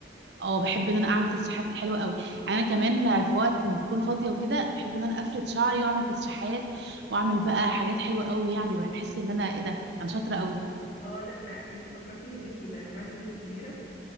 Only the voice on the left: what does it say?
اه لا انتي فكرتيني ببنتي بقى انا عندي بنتي كبيره